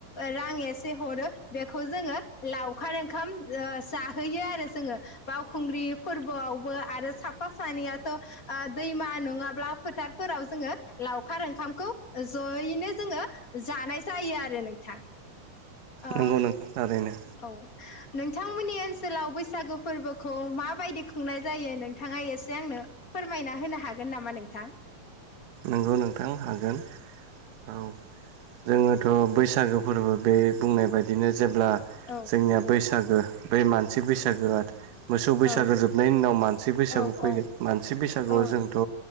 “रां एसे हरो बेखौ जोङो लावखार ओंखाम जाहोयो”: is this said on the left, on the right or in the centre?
Left